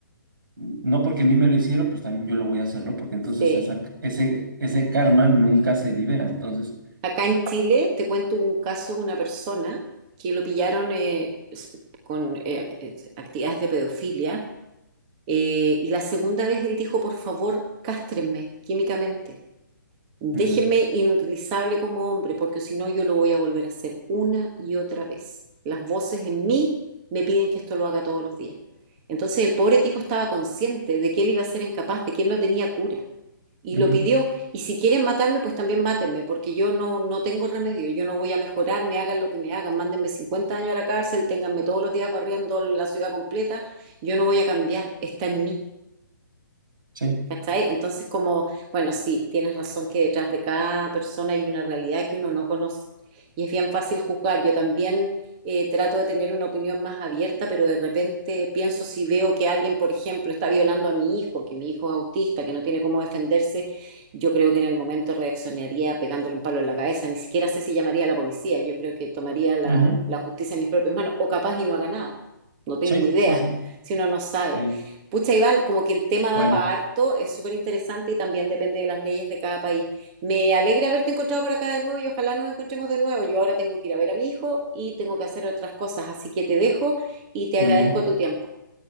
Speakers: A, on the right; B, on the right.
A: no porque a mí me lo hicieron, pues también yo lo voy a hacer, ¿no? Porque entonces
B: Sí,
A: esa, ese, ese karma nunca se libera, entonces,
B: Acá en Chile te cuento un caso de una persona que lo pillaron eh, s- con eh, ac- eh, actividades de pedofilia eh, y la segunda vez él dijo, por favor, cástrenme químicamente, déjenme
A: ujú,
B: inutilizable como hombre porque si no yo lo voy a volver a hacer una y otra vez. Las voces en mí me piden que esto lo haga todos los días. Entonces el pobre tipo estaba consciente de que él iba a ser incapaz, de que él no tenía cura y
A: ujú,
B: lo pidió. Y si quieren matarme, pues también mátenme, porque yo no, no tengo remedio, yo no voy a mejorar, me hagan lo que me hagan, mándenme 50 años a la cárcel, ténganme todos los días barriendo la ciudad completa, yo no voy a cambiar, está en mí.
A: sí,
B: ¿Cachai? Entonces, como, bueno, sí, tienes razón que detrás de cada persona hay una realidad que uno no conoce y es bien fácil juzgar. Yo también eh, trato de tener una opinión más abierta, pero de repente pienso si veo que alguien, por ejemplo, está violando a mi hijo, que mi hijo es autista, que no tiene cómo defenderse, yo creo que en el momento reaccionaría pegándole un palo en la cabeza. Ni siquiera sé si llamaría a la policía. Yo creo que tomaría la,
A: ujú,
B: la justicia en mis propias manos o capaz y no haga nada. No tengo
A: sí,
B: idea,
A: sí, sí,
B: si uno no sabe.
A: sí.
B: Pucha, Iván, como que el tema da
A: Bueno,
B: para harto, es súper interesante y también depende de las leyes de cada país. Me alegra haberte encontrado por acá de nuevo y ojalá nos encontremos de nuevo. Yo ahora tengo que ir a ver a mi hijo y tengo que hacer otras cosas, así que te dejo y te
A: muy
B: agradezco
A: bien.
B: tu tiempo.